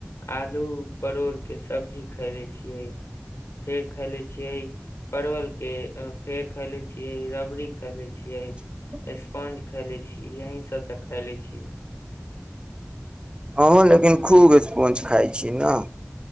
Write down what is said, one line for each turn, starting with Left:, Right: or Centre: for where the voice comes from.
Left: आलू परोड़के सब्जी खायले छियै फेर खायले छियै परवलके फेर खाले छियै रबड़ी ख ले छियै
Right: <unintelligible> <unintelligible>
Left: स्पोंज खैले छी यही सब तऽ खैले छी
Right: अहो लेकिन खूब स्पॉंज खाइ छी ने